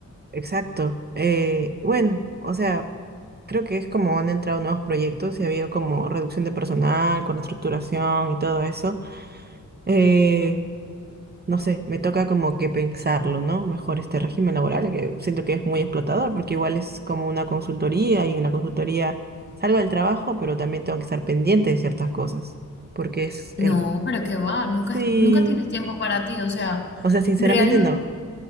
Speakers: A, on the right (about 35°); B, on the left (about 35°).
A: Exacto. Eh, bueno, o sea, creo que es como han entrado nuevos proyectos y ha habido como reducción de personal, con reestructuración y todo eso. Eh, no sé, me toca como que pensarlo, ¿no? Mejor este régimen laboral, que siento que es muy explotador, porque igual es como una consultoría y en la consultoría salgo del trabajo, pero también tengo que estar pendiente de ciertas cosas, porque es el...
B: No, pero qué va, nunca,
A: Sí,
B: nunca tienes tiempo para ti. O sea,
A: o sea, sinceramente
B: real.
A: no,